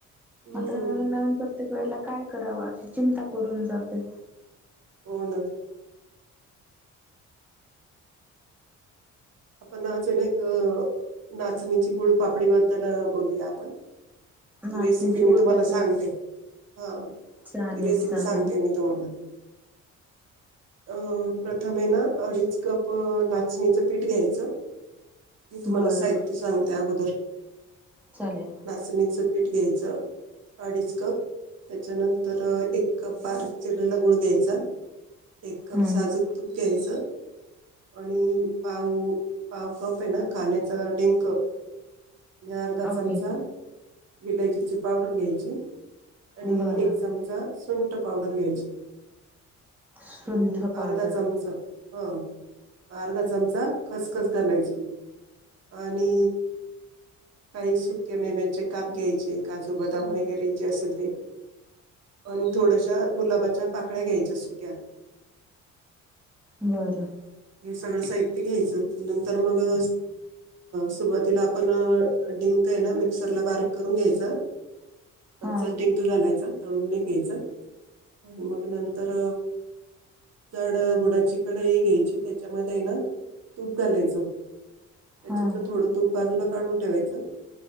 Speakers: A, on the right; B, in the centre.
A: हम्म
B: आता नवीन नवीन प्रत्येक वेळेला काय करावं अशी चिंता पडून जाते.
A: हो ना! आपण अजूनून एक एक नाचणीची गुळपापडी बद्दल बोलूया आपण,
B: नाचणीची
A: ती रेसिपी मी
B: गुळपापडी
A: तुम्हाला सांगते, हो
B: चालेल
A: ती रेसिपी
B: चालेल
A: सांगते मी तुम्हाला, अ प्रथमे ना अडीच कप नाचणीचं पीठ घ्यायचं, मी तुम्हाला
B: बरं
A: साहित्य सांगते अगोदर,
B: चालेल.
A: नाचणीच पीठ घ्यायच अडीच कप, त्याच्यानंतर एक कप बारीक चिरलेला गुळ घ्यायचा, एक कप
B: हम्म
A: साजूक तूप घ्यायचं, आणि पाव पाव खप आहे ना खाण्याचा डिंक, आणि अर्धा चमचा
B: ओके
A: विलायचीची पावडर घ्यायची, आणि
B: बरं
A: एक चमचा सुंट पावडर घ्यायची,
B: सुंठ
A: आणि
B: पावडर
A: अर्धा चमचा ह अर्धा चमचा खसखस, घालायची आणि काही सुके मेव्याचे काप घ्यायचे काजू, बदाम वैगैरे जे असल ते, आणि थोड्याश्या गुलाबाच्या पाकळ्या घ्यायच्या सुक्या,
B: बरं!
A: हे सगळं साहित्य घ्यायचं नंतर मग अ सुरुवातीला आपण डिंक आहे ना मिक्सरला बारीक करून घ्यायच. कच्च
B: हां
A: डिंक घालायचा. तळून नाही घ्यायचं आणि मग नंतर जड बुडाची कडई घ्यायची त्याच्यामध्ये ना तूप घालायच त्याच्यातलं
B: हां
A: थोडं तूप बाजूला काढून ठेवायचं